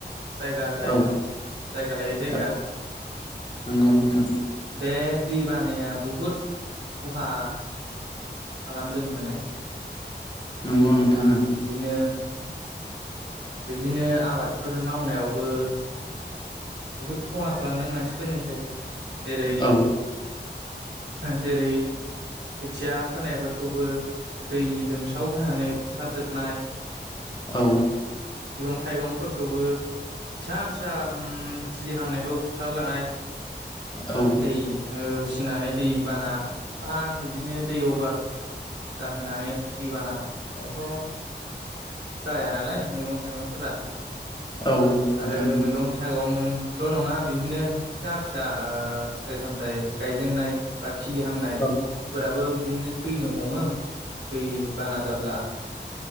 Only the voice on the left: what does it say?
ओं
औ नंगौ नोंथां
नंगौ नंगौ नोंथां ओं
औ
औ
औ
औ नोंथां
औ